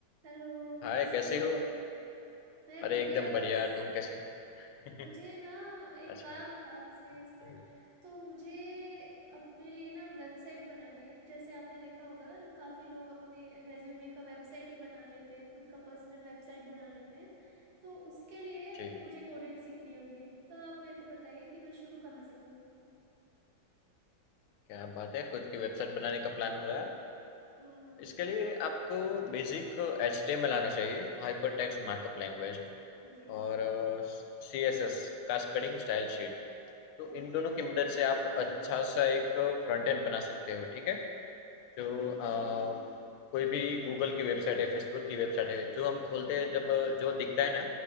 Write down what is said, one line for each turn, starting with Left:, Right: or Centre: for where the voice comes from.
Right: Hello
Left: हाय
Right: कैसे
Left: कैसी
Right: हो
Left: हो
Right: मैं
Left: अरे
Right: बढ़िया
Left: एकदम
Right: बस
Left: बढ़िया तुम कैसे हो?
Right: मुझे
Left: <laughs>
Right: ना एक
Left: अच्छा
Right: काम था आपसे इस बार
Left: जी
Right: तो मुझे अपने लिए ना वेबसाइट बनानी है जैसे आपने देखा होगा काफी लोग अपने रेज्यूमे का वेबसाइट ही बना लेते हैं खुद का पर्सनल वेबसाइट बना लेते हैं तो उसके लिए
Left: जी,
Right: मुझे कोडिंग सीखनी होगी तो आप मेरे को बताइए कि मैं शुरू कहाँ से करूँ
Left: क्या बात है खुद की वेबसाइट बनाने का प्लान हो रहा है
Right: हम्म हम्म
Left: इसके लिए आपको बेसिक एचटीएमएल आना चाहिए हाइपर टेक्स्ट मार्कअप लैंग्वेज
Right: जी
Left: और सीएसएस कास्केडिंग स्टाइल शीट तो इन
Right: अच्छा
Left: दोनों की मदद से आप अच्छा सा एक फ्रंट एंड बना सकते हो ठीक है जो
Right: ठीक
Left: अ,
Right: है
Left: कोई भी गूगल की वेबसाइट है, फेसबुक की वेबसाइट है, जो हम खोलते हैं जब जो दिखता है ना,